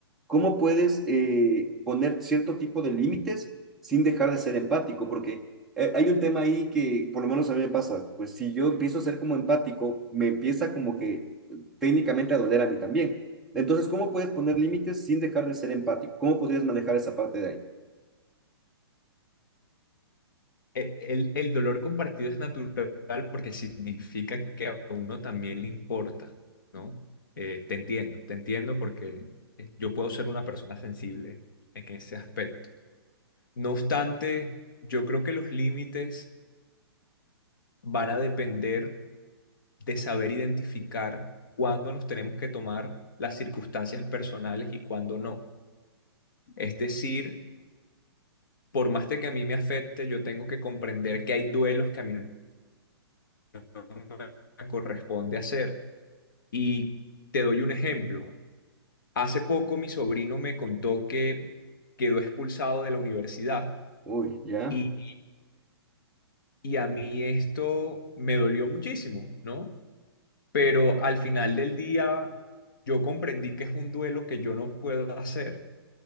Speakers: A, in the centre; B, on the left (about 50°).
A: ¿cómo puedes eh, poner cierto tipo de límites sin dejar de ser empático? Porque eh, hay un tema ahí que por lo menos a mí me pasa, pues si yo empiezo a ser como empático, me empieza como que eh, técnicamente a doler a mí también. Entonces, ¿cómo puedes poner límites sin dejar de ser empático? ¿Cómo podrías manejar esa parte de ahí?
B: e- El, el dolor compartido es natural porque significa que a uno también le importa, ¿no? Eh, te entiendo, te entiendo porque eh, yo puedo ser una persona sensible en ese aspecto. No obstante, yo creo que los límites van a depender de saber identificar cuándo nos tenemos que tomar las circunstancias personales y cuándo no. Es decir, por más de que a mí me afecte, yo tengo que comprender que hay duelos que a mí no me corresponde hacer Y te doy un ejemplo. Hace poco mi sobrino me contó que quedó expulsado de la universidad
A: Uy, ya.
B: y, y a mí esto me dolió muchísimo, ¿no? Pero al final del día yo comprendí que es un duelo que yo no puedo hacer.